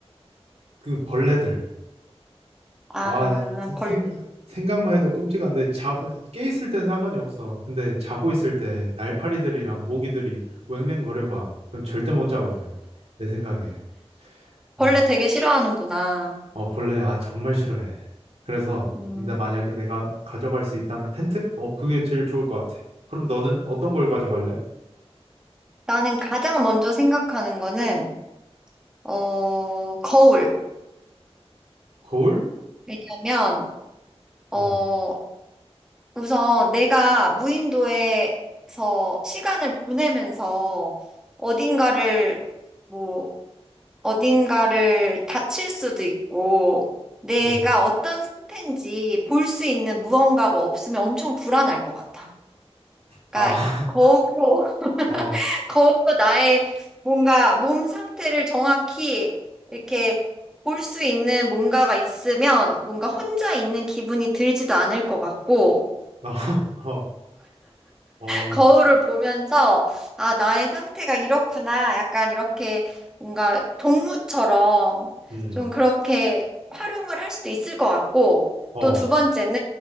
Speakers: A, on the right (about 75°); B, in the centre.
A: 그 벌레들.
B: 아,
A: 아, 나 생,
B: 벌레.
A: 생- 각만 해도 끔찍한데, 자, 깨 있을 땐 상관이 없어. 근데 자고 있을 때 날파리들이랑 모기들이 웽웽거려봐. 그럼 절대 못 자거든. 내 생각에.
B: 벌레
A: 음.
B: 되게 싫어하는구나.
A: 어, 벌레, 아, 정말 싫어해. 그래서,
B: 음,
A: 근데 만약에 내가 가져갈 수 있다면 텐트? 어, 그게 제일 좋을 것 같아. 그럼 너는 어떤 걸 가져갈래?
B: 나는 가장 먼저 생각하는 거는, 어, 거울.
A: 거울?
B: 왜냐면, 어,
A: 어,
B: 우선 내가 무인도에서 시간을 보내면서 어딘가를 뭐, 어딘가를 다칠 수도 있고, 내가
A: 어,
B: 어떤 상태인지 볼 수 있는 무언가가 없으면 엄청 불안할 것 같아.
A: 아,
B: 그러니까 거울로,
A: <laughs>
B: <laughs>
A: 어,
B: 거울로 나의 뭔가 몸 상태를 정확히 이렇게 볼 수 있는 뭔가가 있으면 뭔가 혼자 있는 기분이 들지도 않을 것 같고,
A: 어, 어, 어,
B: 거울을 보면서, 아, 나의 상태가 이렇구나. 약간 이렇게 뭔가 동무처럼
A: 음,
B: 좀 그렇게 활용을 할 수도 있을 것 같고,
A: 어,
B: 또 두 번째는